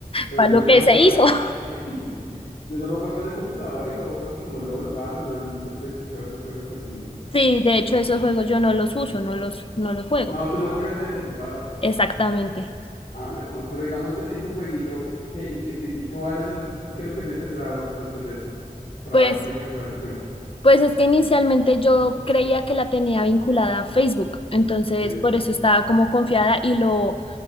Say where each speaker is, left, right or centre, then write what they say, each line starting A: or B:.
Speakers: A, on the left (about 60°); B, on the left (about 40°).
A: Pero
B: para
A: yo
B: lo
A: solo
B: que
A: juego.
B: se hizo.
A: eh,
B: <laughs>
A: <laughs> Yo solo juego en el computador y juego juegos como LOL, Valorant. No sé si has escuchado esos juegos así.
B: Sí, de hecho esos juegos yo no los uso, no los, no los juego.
A: No, tú no juegas en el computador.
B: Exactamente.
A: Ah, bueno, pero digamos en tu jueguito, ¿qué, y, qué, ti- y cuál es el, qué es lo que tienes que hacer ahora, después de esto? Para
B: Pues,
A: ver si recuperas tu cuenta.
B: pues es que inicialmente yo creía que la tenía vinculada a Facebook, entonces
A: Sí,
B: por eso estaba como confiada y lo